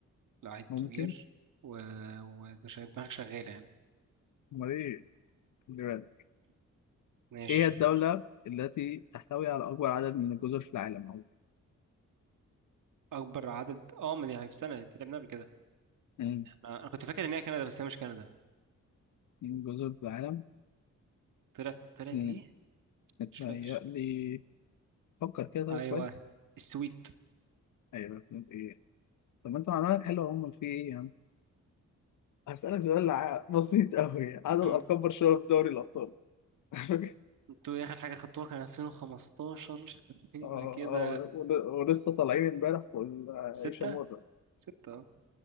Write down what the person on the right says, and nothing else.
لعيب
كبير و ومش دماغك شغالة يعني
ماشي
أكبر عدد أه ما دي سنة أنت لعبناها قبل كده
أنا... أنا كنت فاكر إن هي كندا بس هي مش كندا
طلعت طلعت
إيه؟
مش فاكر
ايوه
السويت
مم.
انتوا ايه اخر حاجه خدتوها كان 2015 <laughs> يبقى
كده
ستة
ستة اه.